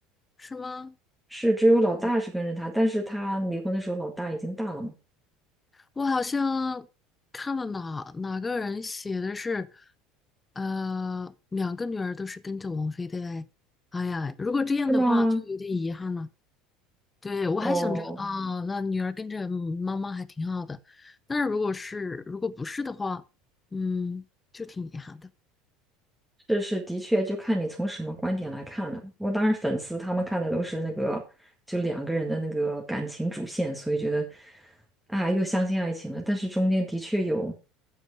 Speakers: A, on the left; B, in the centre.
A: 是吗？
B: 是只有老大是跟着他，
A: 嗯
B: 但是他离婚的时候老大已经大了嘛？
A: 我好像看了哪哪个人写的是，呃，两个女儿都是跟着王菲的嘞。哎呀，如果这样的话，
B: 是吗？
A: 就有点遗憾了。对，我还想着啊，
B: 哦，
A: 那女儿跟着妈妈还挺好的，但是如果是如果不是的话，嗯，就挺遗憾的。
B: 是是，的确，就看你从什么观点来看了。我当然粉丝他们看的都是那个，就两个人的那个感情主线，所以觉得啊，又相信爱情了。但是中间的确有，